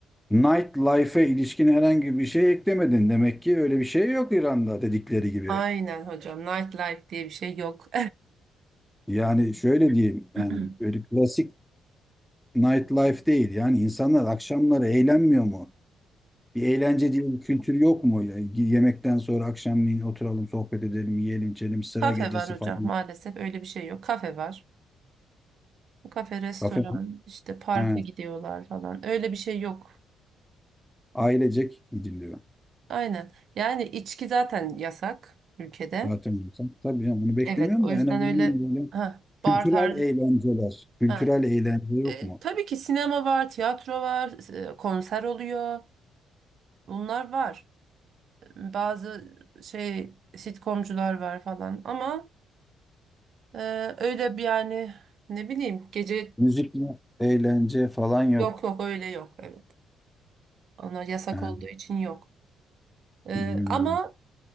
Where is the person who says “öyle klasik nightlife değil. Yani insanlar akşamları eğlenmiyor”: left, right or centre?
Centre